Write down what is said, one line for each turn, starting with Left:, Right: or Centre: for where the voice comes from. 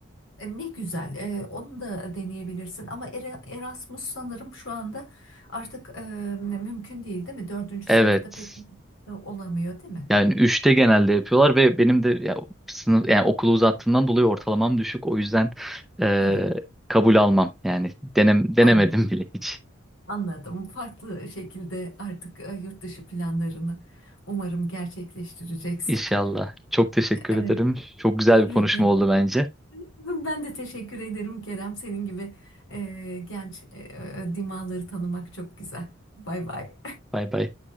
Left: E, Ne güzel, e, onu da deneyebilirsin ama Ere- Erasmus sanırım şu anda artık e, mümkün değil, değil mi? Dördüncü
Centre: Evet.
Left: sınıfta pek e, olamıyor, değil mi?
Centre: Yani üçte genelde yapıyorlar ve benim de ya, sınıf yani okulu uzattığımdan dolayı ortalamam düşük. O yüzden e,
Left: Evet.
Centre: kabul almam. Yani denem, denemedim
Left: Anladım,
Centre: bile hiç.
Left: anladım. Farklı şekilde artık e, yurt dışı planlarını umarım gerçekleştireceksin.
Centre: İnşallah. Çok teşekkür
Left: Evet,
Centre: ederim. Çok güzel bir
Left: rica
Centre: konuşma
Left: ederim.
Centre: oldu bence.
Left: <laughs> Ben de teşekkür ederim Kerem. Senin gibi e, genç e, e, dimağları tanımak çok güzel. Bay bay.
Centre: Bay bay.